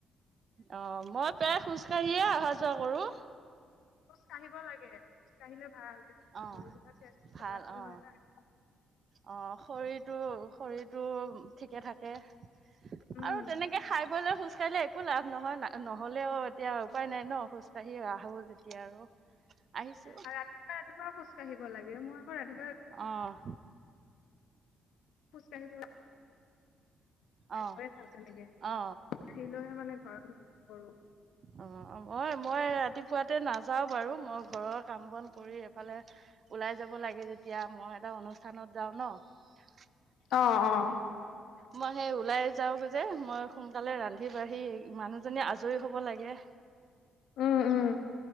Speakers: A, on the right; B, on the left.
A: অ মই প্ৰায় খোজ কাঢ়িয়েই অহা যোৱা কৰোঁ-
B: খোজ কঢ়িব লাগে খোজ কঢ়িলে ভাল
A: অ
B: ভৰি বিলাক তেজ চলাচল
A: ভাল অ
B: হয় না-
A: অ শৰীৰটো শৰীৰটো ঠিকে থাকে-
B: উম
A: আৰু তেনেকে খাই বলে খোজ কঢ়িলে একো লাভ নহয় না নহলেও এতিয়া উপায় নাই ন খোজ - খোজ কাঢ়িয়েই আহোঁ যেতিয়া আৰু আহিছোঁ -
B: আৰু ৰাতিপুৱা ৰাতিপুৱা খোজ কঢ়িব লাগে মই- আকৌ ৰাতিপুৱা
A: আহ-
B: খোজকাঢ়িব-
A: অ
B: ঘয় চাাম তেনেকে
A: অ
B: আহিলেহে মানে ঘৰত কৰো-
A: অ মই মই ৰাতিপুৱাতে নাযাও বাৰু মই ঘৰত- কাম বন কৰি এইফালে ওলাই যাব লাগে যেতিয়া মই এটা অনুষ্ঠানত- যাওঁ ন-
B: অ অ-
A: মই সেই ওলাই যাও যে মই সোনকালে ৰান্ধি বাঢ়ি মানুহ জনী আজৰি হ'ব লাগে।
B: উম উম